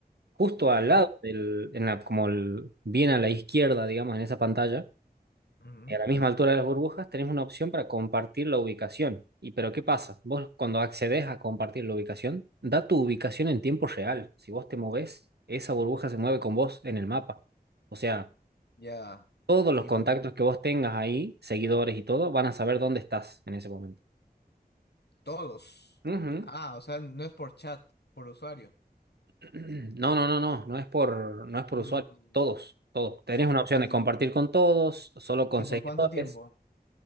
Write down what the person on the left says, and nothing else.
ya.
ujú,
Ya.
Y
por-
todos.
Ah, o sea, no es por chat, por usuario.
Mm,
¿y
por,
y,
y
por cuánto tiempo?